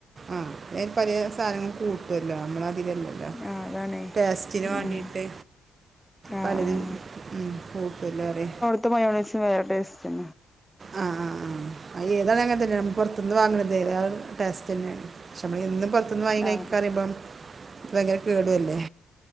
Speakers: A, on the right; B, in the centre.
A: ആഹ് അതില് പല സാധനങ്ങൾ കൂട്ടല്ലോ നമ്മൾ അതിലല്ലല്ലോ
B: ആഹ് അതാണേ
A: ടേസ്റ്റിന് വേണ്ടിയിട്ട്
B: ഉം ആഹ്
A: പലതും
B: ആഹ്
A: ഉ കൂട്ടുല്ല അറിയ.
B: അവിടത്തെ മയോണയ്സ് വേറെ ടേസ്റ്റന്നെ
A: ആഹ് ആഹ് ആ ഹ്ഏതായാലും അങ്ങനതന്നെയ പുറത്തുനിന്ന് വാങ്ങണതേ ടേസ്റ്റ് തന്നെയാ. പക്ഷെ നമ്മള് എന്നും പുറത്തുന്ന് വാങ്ങി കഴിക്കാറിയുമ്പം
B: ആഹ്
A: ഭയങ്കര കേടുല്ലേ